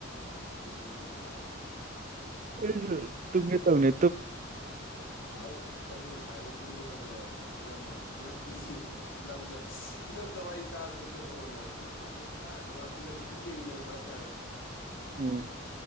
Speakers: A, on the left; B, on the right.
A: ꯇꯨꯝꯅꯤꯡꯉꯤꯅ ꯁꯤ
B: ꯑꯩꯖꯦ ꯇꯨꯝꯒꯦ ꯇꯧꯅꯤ
A: ꯑꯩ ꯑꯩꯖꯨ ꯉꯁꯥꯏꯗꯒꯤ ꯇꯨꯝꯒꯦ ꯇꯧꯖꯕꯅꯦ ꯐꯤꯂꯝ ꯑꯃ ꯐꯤꯂꯝ ꯐꯤꯂꯝꯗ ꯐꯤꯂꯝꯗ ꯋꯥꯔꯤ ꯇꯥꯔ ꯇꯨꯝꯒꯦ ꯇꯧꯕꯅꯦꯕ ꯑꯗꯨ ꯇꯨꯝꯕ ꯁꯨꯛꯌꯥ ꯌꯥꯗꯕ ꯐꯤꯂꯝꯗꯣ ꯑꯗꯨꯝ ꯌꯦꯡꯅꯤꯡꯉꯛꯄ ꯍꯥꯏꯇꯥꯔꯦ
B: ꯎꯝ